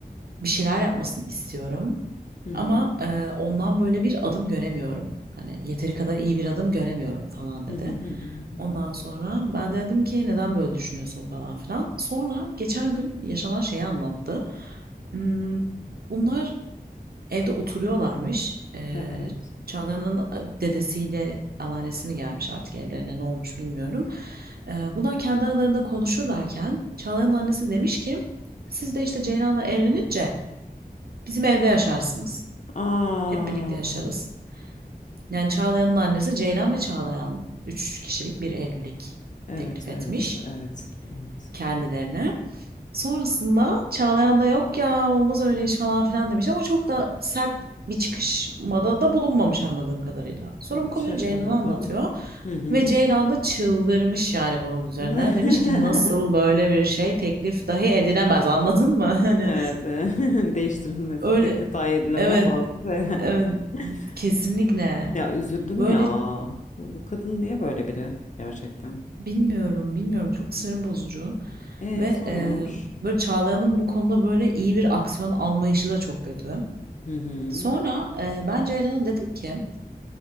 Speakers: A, on the right; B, on the left.
A: bir şeyler yapmasını istiyorum.
B: hı hı,
A: Ama eee, ondan böyle bir adım göremiyorum. Hani yeteri kadar iyi bir adım göremiyorum falan dedi.
B: hı hı, hı hı.
A: Ondan sonra ben de dedim ki neden böyle düşünüyorsun falan filan. Sonra geçen gün yaşanan şeyi anlattı. Hmm, bunlar Evde oturuyorlarmış. Ee,
B: Evet.
A: Çağla'nın dedesiyle anneannesi mi gelmiş artık evlerine ne olmuş bilmiyorum. Ee, bunlar kendi aralarında konuşurlarken Çağlayanın annesi demiş ki siz de işte Ceylan'la evlenince bizim evde yaşarsınız.
B: Aa,
A: Hep birlikte yaşarız. Yani Çağlayan'ın annesi Ceylan ve Çağlayan üç kişilik bir evlilik
B: evet,
A: teklif
B: evet,
A: etmiş
B: evet, evet.
A: kendilerine. Sonrasında Çağlayan da yok ya olmaz öyle iş falan filan demiş ama çok da sert bir çıkışmada da bulunmamış anladığım kadarıyla. Sonra
B: Evet,
A: bu konuyu
B: şaşırmadım.
A: Ceylan'a anlatıyor
B: Hı hı.
A: ve Ceylan da çıldırmış yani bunun üzerine.
B: <laughs>
A: Demiş ki nasıl böyle bir şey teklif dahi edilemez anladın mı? <laughs> Hani
B: Evet, e, <laughs> değiştirilmesi
A: öyle
B: teklif dahi edilemeyen
A: evet
B: bazı şeyler.
A: evet
B: <laughs>
A: kesinlikle
B: Ya üzüldüm
A: böyle
B: ya. Bu, bu kadın niye böyle biri gerçekten?
A: bilmiyorum bilmiyorum çok sinir bozucu
B: E
A: ve
B: sonra
A: e,
B: ne olmuş?
A: böyle Çağlayan'ın bu konuda böyle iyi bir aksiyon almayışı da çok kötü.
B: Hı hı.
A: Sonra e, ben Ceylan'a dedim ki